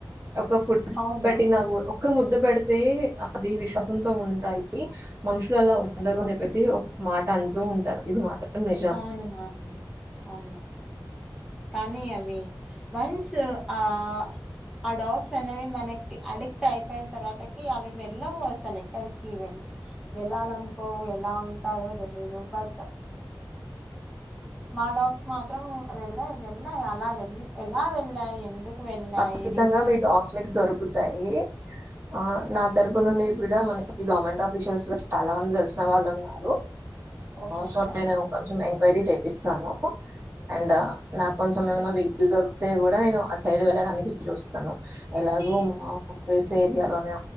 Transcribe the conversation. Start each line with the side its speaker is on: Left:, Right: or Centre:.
Right: ఒక ఫుడ్
Centre: అవును
Right: పెట్టినా
Centre: మ్యామ్
Right: కూడా క ముద్దు పెడితే అతే అది విశ్వాసంతో ఉంటాయి మనుషులు అలా ఉండరు అని చెప్పేసి ఒక మాట అంటూ ఉంటారు ఇది మాత్రం నిజం
Centre: అవునువును అవును కానీ అవి వన్స్ ఆ ఆ డాగ్స్ అనేవి మనకి అడిక్ట్ అయిపోయిన తర్వాతకి అవి వెళ్ళవు అసలు ఎక్కడికి వె వెళ్ళాలి అనుకోవు ఎలా ఉంటాయో తెలియదు బట్ మా డాగ్స్ మాత్రం వెళ్ళాయి వెళ్ళాయి అలా వె ఎలా వెళ్ళాయి ఎందుకు వెళ్ళాయి
Right: ఖచ్చితంగా
Centre: రీజన్
Right: మీ డాగ్స్ మీకు దొరుకుతు తాయి ఆ నా తరపు నుండి కూడా మన మనకి గవర్నమెంట్ ఆఫీషియల్స్ లో చాలా మంది తెలిసిన వాళ్ళు ఉన్నారు
Centre: ఓకేనా
Right: స కొంచం ఎంక్వైరీ ఇస్తాను అండ్ నాకు కొంచెం ఏమైనా వెహిగిలు దొరికితే కూడా నేను సైడ్ వెళ్ళడానికి చూస్తాను ఎలాగో మా ఆఫస్ ఏరియాలోనే